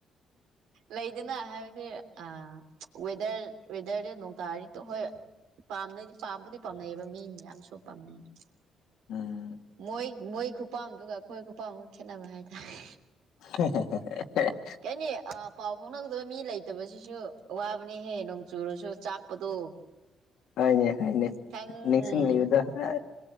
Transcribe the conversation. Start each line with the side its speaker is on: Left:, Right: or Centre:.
Right: ꯂꯩꯗꯅ ꯍꯥꯏꯕꯗꯤ ꯑ ꯋꯦꯗꯔ ꯋꯦꯗꯔꯗꯤ ꯅꯣꯡ ꯇꯥꯔꯤꯇꯣ ꯍꯣꯏ ꯄꯥꯝꯅꯩ ꯄꯥꯝꯕꯨꯗꯤ ꯄꯥꯝꯅꯩꯑꯕ ꯃꯤ ꯃꯌꯥꯝꯁꯨ ꯄꯥꯝꯅꯩꯅ
Left: ꯎꯝ
Right: ꯃꯣꯏ ꯃꯣꯏ ꯈꯨꯄꯥꯝꯗꯨꯒꯗꯨꯒ ꯑꯩꯈꯣꯏ ꯈꯨꯄꯥꯝꯒ ꯈꯦꯠꯅꯕ ꯍꯥꯏꯇꯥꯔꯦ
Left: <unintelligible>
Right: ꯀꯩꯍꯥꯏꯅꯤ ꯑꯞ ꯄꯥꯎ ꯐꯥꯎꯅꯒꯗꯕ ꯃꯤ ꯂꯩꯇꯕꯁꯤꯁꯨ ꯑꯋꯥꯕꯅꯤꯍꯦ ꯅꯣꯡ ꯆꯨꯔꯁꯨ ꯆꯥꯛꯄꯗꯣ
Left: ꯍꯥꯏꯅꯦ ꯍꯥꯏꯅꯦ
Right: ꯈꯤꯇꯪ
Left: ꯅꯤꯡꯁꯤꯡꯂꯤꯕꯗ
Right: ꯎꯝ
Left: ꯍꯣꯏ